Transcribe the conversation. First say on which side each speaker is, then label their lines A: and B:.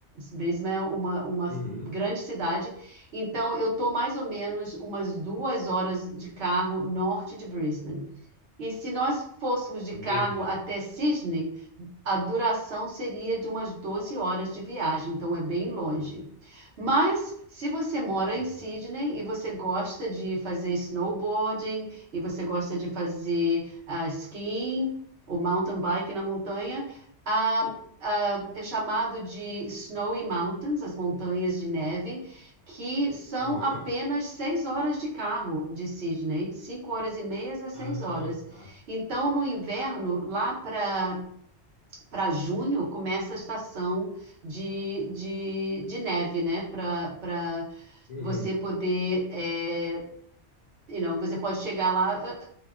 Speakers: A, on the right (about 65°); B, on the left (about 60°).
A: Brisbane é uma, uma
B: Uhum.
A: grande cidade então, eu estou mais ou menos umas duas horas de carro norte de Brisbane. E se nós fôssemos de
B: Entendi.
A: carro até Sydney, a duração seria de umas 12 horas de viagem, então é bem longe. Mas se você mora em
B: Aham.
A: Sydney e você gosta de fazer snowboarding, e você gosta de fazer ah, skiing, o mountain bike na montanha, ah, ah, é chamado de Snowy Mountains, as montanhas de neve, que são
B: Aham.
A: apenas seis horas de carro de Sydney, cinco horas e meia a seis
B: Ah,
A: horas.
B: tá.
A: Então, no inverno, lá para para junho, começa a estação de, de, de neve, né? Para para
B: Uhum.
A: você poder. É, you know, você pode chegar lá. ah,